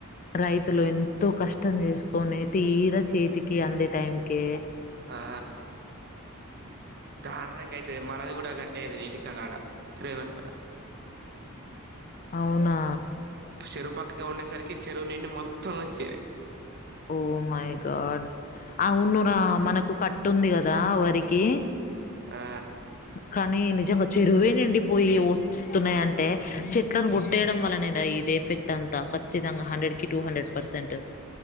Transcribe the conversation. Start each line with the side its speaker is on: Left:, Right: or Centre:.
Left: రైతులు ఎంతో కష్టం చేసుకొని తీర చేతికి అందే టైం కే
Right: ఆ కారణంగా అయితుది మనది కూడాడా గట్టది ఇది కడాడ త్రేలక్క
Left: అవునా
Right: చెరువు పక్కకి ఉండేసరికి చెరువు నిండి మొత్తం వచ్చేది
Left: ఓ మై గాడ్ ఆ ఉన్న రా మనకు కట్టు ఉంది కదా వరికి
Right: ఆ
Left: కానీ నిజ్ నిజంగ చెరువే నిండిపోయి వస్తున్నాయి అంటే చెట్లను కొట్టేయడం వల్లనేనా ఇది ఎఫెక్ట్ అంతా ఖచ్చితంగా హండ్రెడ్ కి టూ హండ్రెడ్ పర్సెంట్.